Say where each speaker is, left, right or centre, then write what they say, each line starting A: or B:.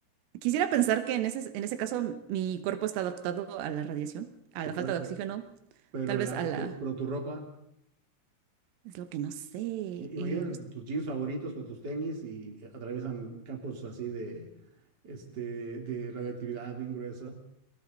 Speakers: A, on the right; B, on the right.
A: Quisiera pensar que en ese, en ese caso mi cuerpo está adaptado a la radiación, a
B: tu
A: la
B: cuerpo,
A: falta de oxígeno,
B: pero,
A: tal vez
B: la,
A: a
B: tu,
A: la...
B: pero tu ropa,
A: Es lo que no sé.
B: i- imagínate
A: eh,
B: tu- tus jeans favoritos con tus tenis y eh, atraviesan campos así de, este, de radioactividad bien gruesa.